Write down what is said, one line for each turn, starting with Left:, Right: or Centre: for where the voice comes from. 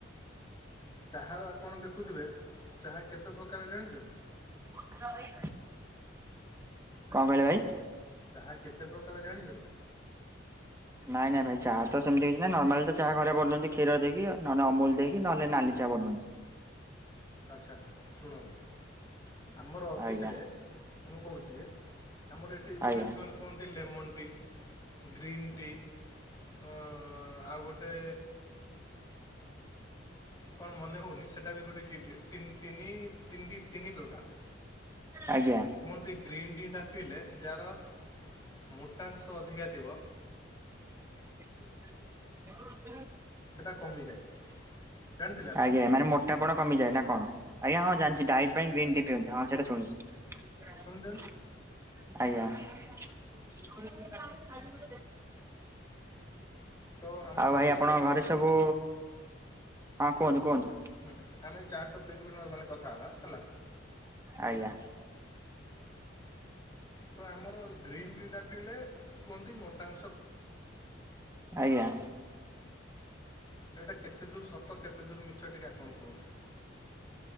Left: ଚାହାର ଆପଣ ଦେଖୁଥିବେ ଚାହା କେତେ ପ୍ରକାର ଜାଣିଛନ୍ତି?
Right: କଣ କହିଲେ ଭାଇ?
Left: ତାହା କେତେ ପ୍ରକାର ଜାଣିଛନ୍ତି?
Right: ନାଇଁ ନାଇ ଭାଇ ଚାହା ତ ସେମିତି କିଛି ନାାଇଁ ନର୍ମାଲି ତ ଚାହା ଖରାରେ ବନାନ୍ତି କ୍ଷୀର ଦେଇକି ନହେଲେ ଅମୁଲ ଦେଇିକି ନହେଲେ ନାଲି ଚା। <unintelligible>
Left: ଆଚ୍ଛା ଶୁଣନ୍ତୁ ଆମର ଅଫିସରେ
Right: ଆଜ୍ଞା
Left: ମୁଁ କହୁଛି ଆମର ଏଠି ଗୋଟେ
Right: ଆଜ୍ଞା
Left: କୁହନ୍ତି ଲେମନ ଟି ଗ୍ରୀନ୍ ଟି ହ ଆଉ ଗୋଟେ କଣ ମନେ ହଉନି ସେଟା ବି ଗୋଟେ କି ତିନିତି ତିନି ପ୍ରକାର।
Right: ଆଜ୍ଞା
Left: କୁହନ୍ତି ଗ୍ରୀନ୍ ଟି ଟା ପିଇଲେ ଯାହାର ମୋଟା ଅଂଶ ଅଧିକା ଥିବ
Right: <inaudible>
Left: ସେଟା କମିଯାଏ। ଜାଣିଥିଲେ ଆପଣ
Right: ଆଜ୍ଞ୍ୟା ମାନେ ମୋଟା ପଣ କମିଯାଏ ନା କଣ ଆଜ୍ଞ୍ୟା ହଁ ଜାଣିଛି ଡାଇଟ୍ ପାଇଁ ଗ୍ରୀନ୍ ଟି ପିଅନ୍ତି। ସେଟା ଶୁଣିଛି
Left: ଶୁଣିଛନ୍ତି
Right: ଆଜ୍ଞ୍ୟା। <unintelligible>
Left: ତ ଆମ
Right: ଆଉ
Left: ଅଫିସରେ
Right: ଭାଇ ଆପଣଙ୍କ ଘରେ ସବୁ ହଁ କୁହନ୍ତୁ। କୁହନ୍ତୁ
Left: ହୁଁ ଆମେ ଚାର ଟପିକ ଵି ନ ମାନେ କଥା ହେବା। ହେଲା
Right: ଆଜ୍ଞ୍ୟା।
Left: ତ ଆମର ଗ୍ରୀନ୍ ଟି ଟା ପିଇଲେ କୁହନ୍ତି ମୋଟାସଂ
Right: ଆଜ୍ଞା।
Left: ଏଇଟା କେତେ ଦୂର ସତ କେତେ ଦୂର ମିଛ ଟିକେ ଆପଣ କୁହନ୍ତୁ।